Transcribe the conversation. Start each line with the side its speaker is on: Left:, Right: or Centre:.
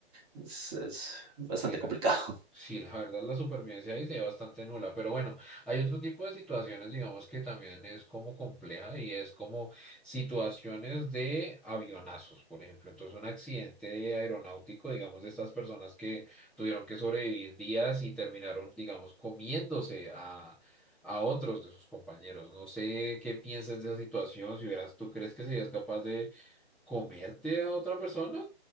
Right: Es, es bastante
Centre: Sí, la,
Right: complicado.
Centre: sí, la verdad la supervivencia ahí se ve bastante nula, pero bueno, hay otro tipo de situaciones, digamos, que también es como compleja y es como situaciones de avionazos, por ejemplo. Entonces, un accidente aeronáutico, digamos, de estas personas que tuvieron que sobrevivir días y terminaron, digamos, comiéndose a, a otros de sus compañeros. No sé qué piensas de esa situación, si hubieras, ¿tú crees que serías capaz de comerte a otra persona?